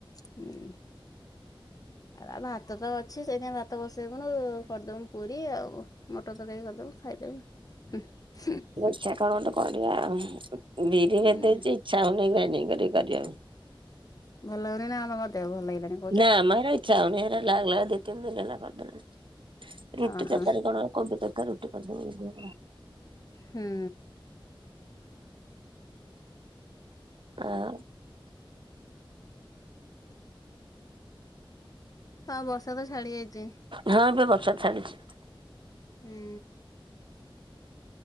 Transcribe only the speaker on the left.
ହୁଁ ଆ ଭାତ ତ ଅଛି ସେ ସେଇଥିଁ ପାଇଁ ଭାତ ବସାଇବୁନୁ କରିଦେବୁ ପୁରୀ ଆଉ। ମଟର ତରକାରୀ କରିଦେବୁ ଖାଇଦେବେ।
ହୁଁ
<unintelligible> ଦେହ ଭଲ ଲାଗୁନି।
ଓହୋ
ହୁଁ।
ଆ ବର୍ଷା ତ ଛାଡ଼ି ଯାଇଚି।
ହୁଁ।